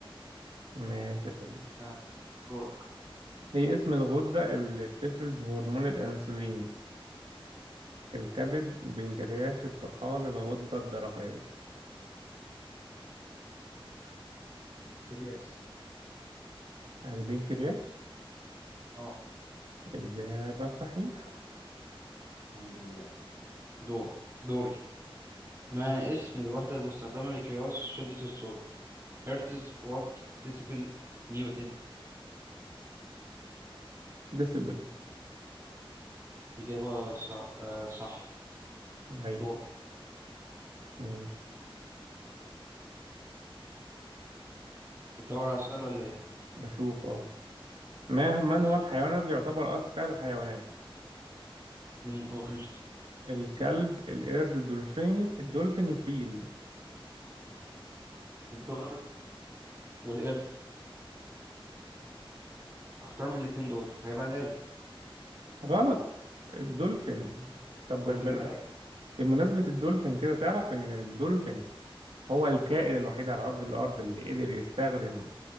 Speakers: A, on the right; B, on the right.
A: ماشي يا صديقي
B: آه. دورك
A: إيه اسم الغدة اللي بتفرز هرمون الأنسولين الكبد البنكرياس الطحال الغدة الدرقية
B: قياس
A: البنكرياس
B: اه
A: إجابة صحيحة
B: الحمد لله دورك دوري ما اسم الوحدة المستخدمة لقياس شدة الصوت هرتز وات ديسيبل نيوتن
A: ديسبل
B: إجابة صح, آه صح.
A: أيوه
B: دورك
A: ماشي
B: بتدور على سؤال ولا إيه؟
A: بشوف اه ما من
B: قشطة.
A: هو الحيوان الذي يعتبر أذكى الحيوانات
B: مم، قول
A: الكلب القرد الدولفين الدولفين الفيل
B: الدول والقرد اختار من الاتنين دول هيبقى القرد
A: غلط الدولفين طب
B: كنت
A: بالبناء
B: متأكد
A: بمناسبة الدولفين كده تعرف إن الدولفين هو الكائن الوحيد على وجه الأرض اللي قدر يستخدم